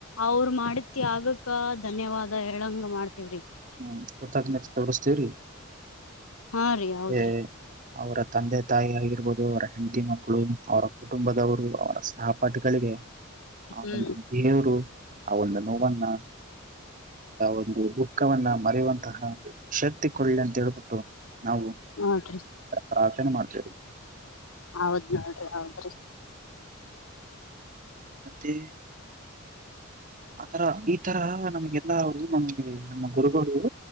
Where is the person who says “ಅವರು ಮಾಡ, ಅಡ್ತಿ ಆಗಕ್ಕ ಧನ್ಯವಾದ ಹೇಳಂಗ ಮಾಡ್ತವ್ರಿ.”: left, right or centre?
Left